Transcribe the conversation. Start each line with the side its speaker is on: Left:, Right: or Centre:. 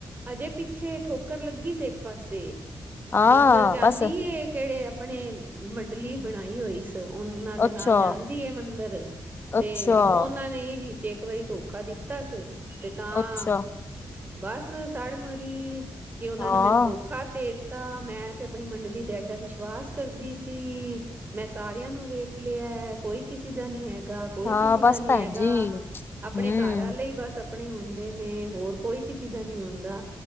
Right: ਅਜੇ ਪਿੱਛੇ ਠੋਕਰ ਲੱਗੀ ਸੀ ਇੱਕ ਪਾਸੇ,
Left: ਹਾਂ
Right: ਮੰਦਿਰ ਜਾਂਦੀ
Left: ਬਸ
Right: ਏ। ਕੇੜੇ ਆਪਣੇ ਮੰਡਲੀ ਬਣਾਈ ਹੋਈ ਸ ਤੇ ਔਨਾਂ ਦੇ
Left: ਅੱਛਾ
Right: ਨਾਲ ਜਾਂਦੀ ਏ ਮੰਦਰ ਤੇ
Left: ਅੱਛਾ
Right: ਔਨਾਂ ਨੇ ਏ ਵੀ 'ਚ ਇੱਕ ਵਾਰੀ ਧੋਖਾ ਦਿੱਤਾ ਸ ਤੇ ਤਾਂ
Left: ਅੱਛਾ
Right: ਬਸ ਸੜ ਮਰੀ ਕਿ ਔਨਾਂ
Left: ਹਾਂ
Right: ਨੇ ਮੈਨੂੰ ਧੋਖਾ ਦੇ ਤਾ ਮੈਂ ਤੇ ਆਪਣੀ ਮੰਡਲੀ ਤੇ ਐਡਾ ਵਿਸ਼ਵਾਸ ਕਰਦੀ ਸੀ, ਮੈਂ ਸਾਰਿਆਂ ਨੂੰ ਵੇਖ ਲਿਐ, ਕੋਈ ਕਿਸੀ ਦਾ ਨੀ ਹੈਗਾ। ਕੋਈ
Left: ਹਾਂ
Right: ਕਿਸੀ
Left: ਬਸ
Right: ਦਾ ਨੀ
Left: ਭੈਣ
Right: ਹੈਗਾ,
Left: ਜੀ
Right: ਆਪਣੇ
Left: ਹਮ
Right: ਘਰ ਵਾਲੇ ਈ ਬਸ ਅ ਪਣੇ ਹੁੰਦੇ ਨੇ, ਹੋਰ ਕੋਈ ਕਿਸੀ ਦਾ ਨੀ ਹੁੰਦਾ।